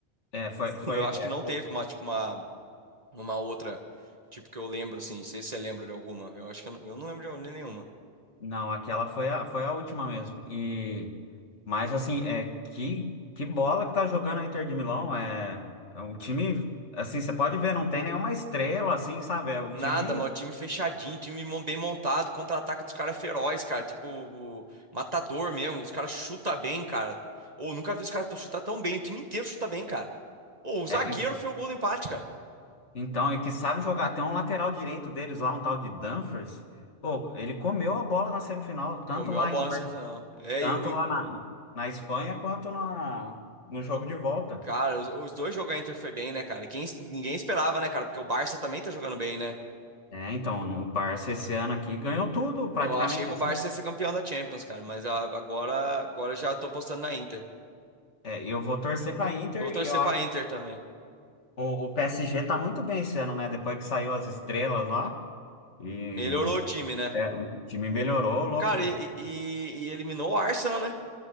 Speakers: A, on the left; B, on the right.
A: É, foi, foi,
B: Eu acho
A: é,
B: que não
A: foi
B: teve uma, tipo, uma, uma outra, tipo, que eu lembro, assim. Não sei se você lembra de alguma. Eu acho que eu não, eu não lembro de nenhuma.
A: Não, aquela foi a, foi a última mesmo. E mas assim, é que que bola que tá jogando a Inter de Milão, é, é um time assim, você pode ver, não tem nenhuma estrela assim, sabe? É o
B: Nada,
A: time
B: mano. Time fechadinho, time mon- bem montado, contra-ataque dos caras é feroz, cara. Tipo, o- matador mesmo. Os caras chutam bem, cara. Ou nunca vi os caras t- chutar tão bem. O time inteiro chuta bem, cara. Ou o zagueiro
A: é, e-
B: foi o gol do empate, cara.
A: então, e que sabe jogar, tem um lateral direito deles lá, um tal de Dumfries. Pô, ele comeu a bola na semifinal, tanto
B: Comeu
A: lá
B: a bola
A: em Bar-
B: na semifinal. É,
A: tanto
B: e, o- e-
A: lá na, na Espanha quanto na, no jogo de volta.
B: cara, os, os dois jogos da Inter foi bem, né, cara? Quem, ninguém esperava, né, cara? Porque o Barça também tá jogando bem, né?
A: É, então, o Barça esse ano aqui ganhou tudo, praticamente
B: Eu achei que
A: assim.
B: o Barça ia ser campeão da Champions, cara. Mas a- agora, agora já tô apostando na Inter.
A: É, eu vou torcer pra Inter
B: Eu vou torcer
A: e eu
B: pra Inter também.
A: O, o PSG tá muito bem esse ano, né? Depois que saiu as estrelas lá. E
B: Melhorou o time, né?
A: é, o time melhorou, louco.
B: Cara, e, e- e eliminou o Arsenal, né?